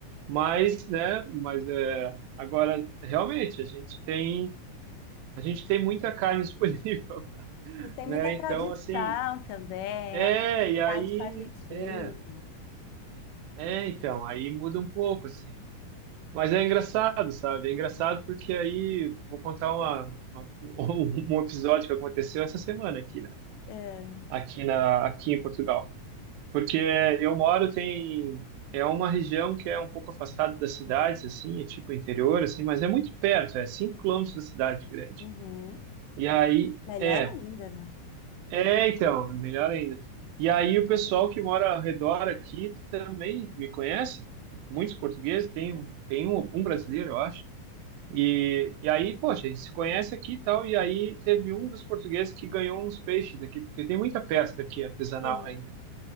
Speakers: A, on the right; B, on the left.
A: mas, né, mas é, agora, realmente, a gente tem, a gente tem muita carne disponível, <laughs>
B: vocês têm
A: né,
B: muita tradição
A: então, assim,
B: também,
A: é,
B: a proximidade
A: e aí,
B: com a Argentina.
A: é, é, então, aí muda um pouco, assim. Mas é engraçado, sabe? É engraçado porque aí vou contar uma, uma- <laughs> um episódio que aconteceu essa semana aqui, né?
B: É,
A: Aqui na, aqui em Portugal. Porque eu moro tem é uma região que é um pouco afastada das cidades, assim, é tipo interior, assim, mas é muito perto, é 5 quilômetros da cidade grande.
B: uhum.
A: E aí,
B: Melhor
A: é.
B: ainda, né?
A: É, então, melhor ainda. E aí o pessoal que mora ao redor aqui também me conhece, muitos portugueses, tem um, tem um, um brasileiro, eu acho. E, e aí, poxa, a gente se conhece aqui e tal, e aí teve um dos portugueses que ganhou uns peixes aqui, porque tem muita pesca aqui artesanal
B: Sim.
A: ainda.